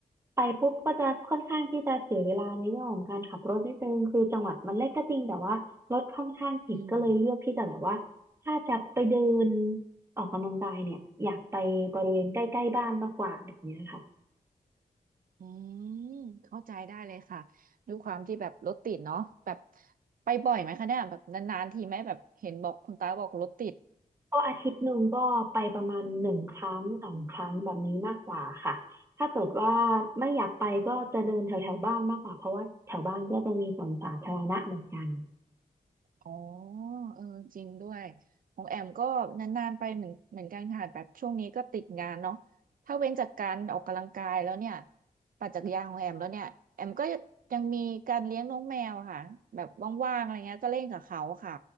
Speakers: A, on the right; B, on the right.
A: ไปปุ๊บก็จะค่อนข้างที่จะเสียเวลาในเรื่องของการขับรถนิดนึงคือจังหวัดมันเล็กก็จริงแต่ว่ารถค่อนข้างติดก็เลยเลือกที่จะแบบว่าถ้าจะไปเดิน
B: อืม
A: ออกกำลังกายเนี่ยอยากไปบริเวณใกล้ๆบ้านมากกว่าแบบเนี้ยค่ะ
B: อืมเข้าใจได้เลยค่ะด้วยความที่แบบรถติดเนาะแบบไปบ่อยไหมคะเนี่ยแบบนานๆทีไหมแบบเห็นบอกคุณตาบอกรถติด
A: ก็อาทิตย์หนึ่งก็ไปประมาณหนึ่งครั้งสองครั้งแบบนี้มากกว่าค่ะถ้าเกิดว่าไม่อยากไปก็จะเดินแถวๆบ้านมากกว่าเพราะว่าแถวบ้านก็จะมีสวนสาธารณะเหมือนกัน
B: อ๋อเออจริงด้วยของแอมก็นานๆไปเหมือนเหมือนกันค่ะแบบช่วงนี้ก็ติดงานเนาะถ้าเว้นจากการออกกำลังกายแล้วเนี่ยปั่นจักรยานของแอมแล้วเนี่ยแอมก็ยังมีการเลี้ยงน้องแมวอะค่ะแบบว่างๆอะไรเงี้ยก็เล่นกับเขาค่ะ